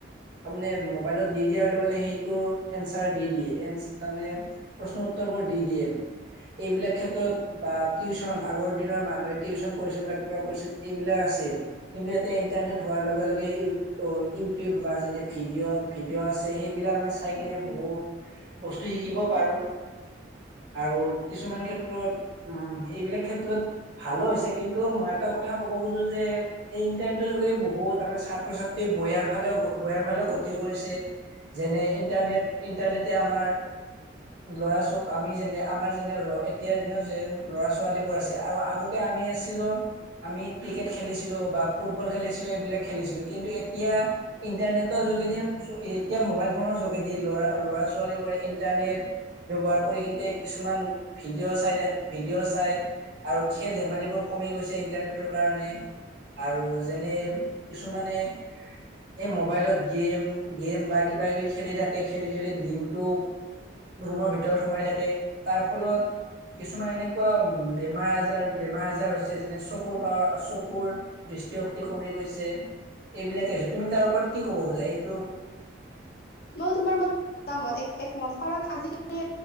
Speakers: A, on the right; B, on the left.
A: তাৰ মানে মোবাইলত দি দিয়াৰ লগে লগে সেইটোৰ এনচাৰ দি দিয়ে। এ তাৰমানে প্ৰশ্ন উত্তৰ বোৰ দি দিয়ে। এইবিলাক ক্ষেত্ৰত বা টিউচন আগৰ দিনৰ মানুহে টিউচন কৰিছিল বা কিবা কৰিছিল এইবিলাক আছিল কিন্তু এতিয়া ইন্টাৰনেট হোৱাৰ লগে লগে ই ইউটিউব বা যেনে ভিডিঅ' ভিডিঅ' আছে সেইবিলাক আমি চাই কিনে বহু বস্তু শিকিব পাৰো আৰু কিছুমান ক্ষেত্ৰত উ এইবিলাক ক্ষেত্ৰত ভালো হৈছে কিন্তু মই এটা কথা কথা কব খুজো যে এই ইণ্টাৰনেটৰ যোগেদি বহুত আমাৰ ছাত্ৰ ছাত্ৰী বয়াৰ ফালেও বয়াৰ ফালেও গতি কৰিছে। যেনে, ইণ্টাৰনেট ইণ্টাৰনেটে আমাৰ লৰা ছ আমি যেনে আমাৰ যেনে এতিয়া যে যে লৰা ছোৱালী বোৰ আছে আৰু আগতে আমি আছিলো আমি ক্ৰিকেট খেলিছিলো, বা ফুটবল খেলিছিলো, এইবিলাক খেলিছিলো। কিন্তু এতিয়া ইন্টাৰনেটৰ যোগেদি এতিয়া মোবাইল ফোনৰ যোগেদি লৰা ল'ৰা ছোৱালী বোৰে ইণ্টাৰনেট ব্যৱহাৰ কৰি কিন্ত কিছুমান ভিডিঅ' চাই তাত ভিডিঅ' চাই আৰু খেল ধেমালিবোৰ কমি গৈছে ইণ্টাৰনেটৰ কাৰণে। আৰু যেনে কিছুমানে এই মোবাইলত গেম গেম বা কিবা কিবি খেলি থাকে খেলি খেলি দিনটো ৰুমৰ ভিতৰত সোমাই থাকে তাৰ ফলত কিছুমান এনেকুৱা বেমাৰ আজাৰ বেমাৰ আজাৰ হৈছে যেনে চকুৰ পাৱা, চকুৰ দৃষ্টিশক্তি কমি গৈছে এইবিলাকে আছো, তুমি তাৰ ওপৰত কি ক'ব খোজা এইটো?
B: ম তোমাৰ ম মত এক একমত কাৰণ আজিকালি